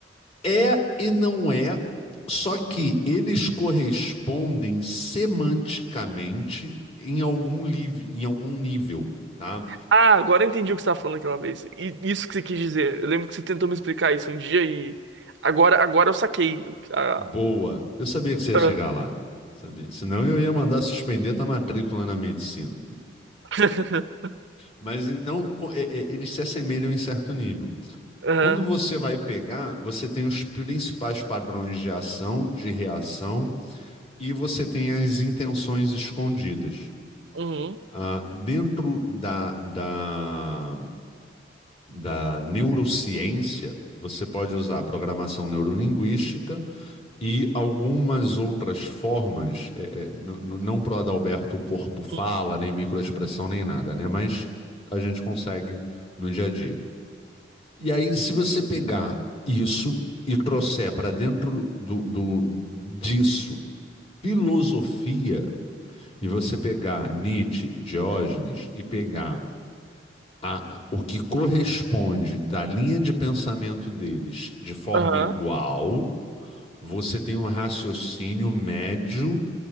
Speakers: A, on the left; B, on the right.
A: É e não é, só que eles correspondem semanticamente em algum, liv- em algum nível, tá?
B: Ah, agora eu entendi o que você estava falando aquela vez. E isso que você quis dizer. Eu lembro que você tentou me explicar isso um dia e agora, agora eu saquei. Ah,
A: Boa. Eu sabia que você ia
B: ah.
A: chegar lá. Sabia. Senão eu ia mandar suspender tua matrícula na medicina.
B: <laughs>
A: Mas então, co- é- é, eles se assemelham em certo nível.
B: Aham.
A: Quando você vai pegar, você tem os principais padrões de ação, de reação, e você tem as intenções escondidas.
B: Uhum.
A: Ah, dentro da, da, da neurociência, você pode usar programação neurolinguística e algumas outras formas, é, é, n- n- não pro Adalberto o corpo fala,
B: Uhum.
A: nem microexpressão, nem nada, né? Mas a gente consegue no dia a dia. E aí, se você pegar isso e trouxer para dentro do, do disso filosofia, e você pegar Nietzsche, Diógenes e pegar a- o que corresponde da linha de pensamento deles de forma
B: Aham.
A: igual, você tem um raciocínio médio